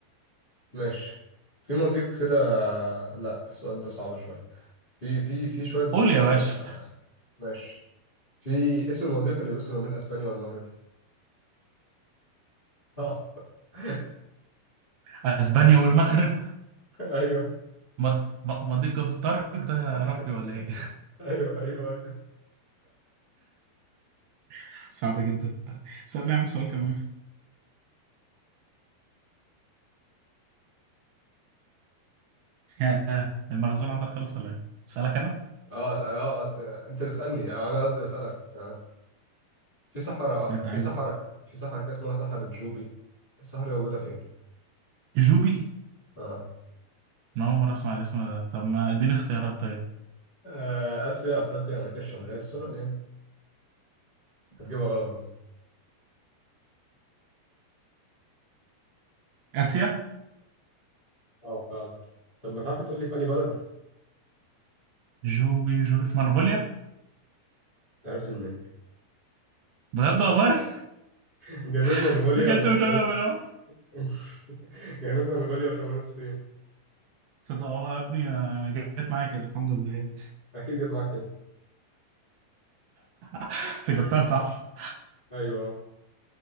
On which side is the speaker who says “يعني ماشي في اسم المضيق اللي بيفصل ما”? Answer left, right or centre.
Left